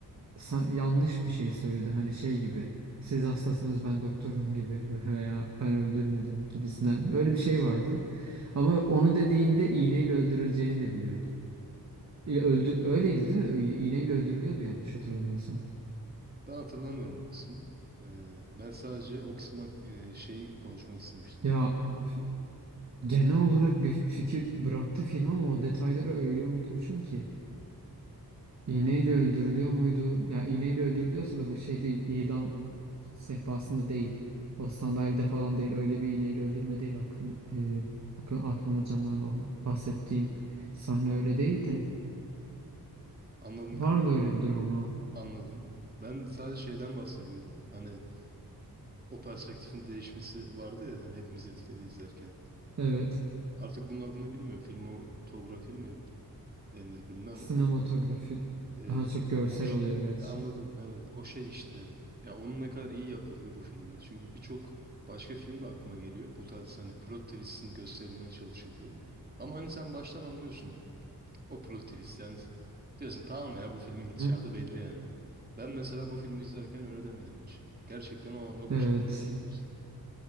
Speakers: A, on the right (about 45°); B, on the right (about 25°).
A: sa- yanlış bir şey söyledi hani şey gibi siz hastasınız ben doktorum gibi <laughs> veya ben öldürmedim gibisinden öyle bir şey vardı. Ama onu dediğinde iğneyle öldürüleceğini de biliyordu. E, öldü öyleydi değil mi? İğne- İğneyle öldürülüyordu yanlış hatırlamıyorsam.
B: Ben hatırlamıyorum o kısmı. Ee, ben sadece o kısımdan e, şey konuşmak istemiştim
A: Ya
B: dedim gibi.
A: f- genel olarak bir fikir bıraktı film ama o detayları öyle unutmuşum ki. İğneyle
B: Anladım.
A: öldürülüyor muydu? Yani iğneyle öldürülüyorsa da bu şey değil. İdam sehpasında değil. O sandalyede falan değil. Öyle bir iğneyle öldürme değil. Aklım, e, aklım, aklımda canlanan o bahsettiğim sahne öyle değil de.
B: Anladım
A: Vardı
B: kanka.
A: öyle bir durum ama.
B: Anladım. Ben sadece şeyden bahsediyordum. Hani o perspektifin değişmesi vardı ya hani hepimiz etkiledi izlerken.
A: Evet.
B: Artık bunun adını bilmiyorum. Filmotografi mi denir bilmem
A: Sinematografi
B: ama e,
A: daha çok görsel
B: o şeyin
A: oluyor gerçi.
B: e, anladım. Evet o şey işte ya onun ne kadar iyi yapıldığı bu filmde. Çünkü birçok başka film de aklıma geliyor. Bu tarz hani plot twist'in gösterilmeye çalışıldığı. Ama hani sen baştan anlıyorsun. O plot twist yani diyorsun tamam ya bu filmin gidişatı
A: Hı?
B: belli yani. Ben mesela bu filmi izlerken öyle demedim hiç. Gerçekten o anlamda başarılı
A: Evet.
B: buluyorum o yüzden.